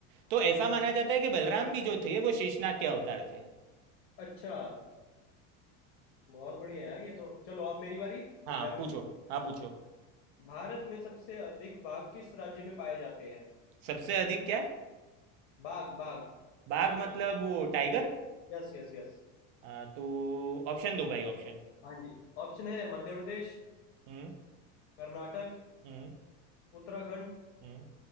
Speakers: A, on the right; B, on the left.
A: तो
B: हम्म
A: ऐसा माना जाता है कि बलराम भी जो थे वो शेषनाग के अवतार थे
B: अच्छा बहुत बढ़िया यार ये तो चलो अब मेरी बारी
A: हाँ
B: मैं पूछूं
A: पूछो हाँ पूछो
B: भारत में सबसे अधिक बाघ किस राज्य में पाए जाते हैं
A: सबसे अधिक क्या
B: बाघ बाघ
A: बाघ मतलब वो टाइगर
B: Yes yes yes
A: हाँ तो ऑप्शन दो भाई ऑप्शन
B: हाँ जी ऑप्शन है मध्य प्रदेश
A: हम्म
B: कर्नाटक
A: हम्म
B: उत्तराखंड
A: हम्म